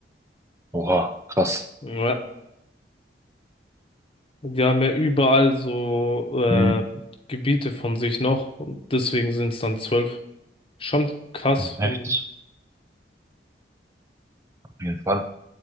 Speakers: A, on the right (about 15°); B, on the left (about 30°).
A: Oha, krass.
B: Ja. Die haben ja überall so äh,
A: Hm,
B: Gebiete von sich noch und deswegen sind es dann 12. Schon krass.
A: heftig,
B: Und
A: auf jeden Fall.